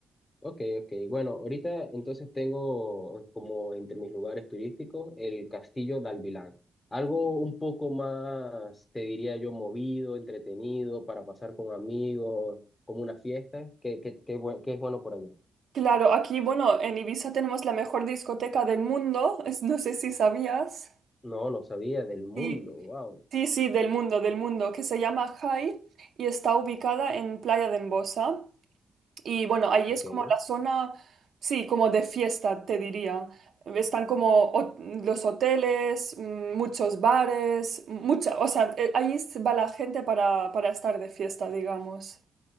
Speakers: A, on the left; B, on the right.
A: Ok, ok. Bueno, ahorita entonces tengo eh, como entre mis lugares turísticos el Castillo de Alvilán. Algo un poco más, te diría yo, movido, entretenido, para pasar con amigos, como una fiesta. ¿Qué, qué, qué, buen- qué es bueno por allá?
B: Claro, aquí, bueno, en Ibiza tenemos la mejor discoteca del mundo, es- no sé si sabías.
A: No, no sabía del mundo.
B: Sí,
A: Wow.
B: sí, sí, del mundo, del mundo, que se llama Jai y está ubicada en Playa de Embosa. Y bueno, ahí
A: Ok,
B: es como la zona, sí, como de fiesta, te diría. Están como ho- los hoteles, mm, muchos bares, mucha, o sea, eh, ahí va la gente para, para estar de fiesta, digamos.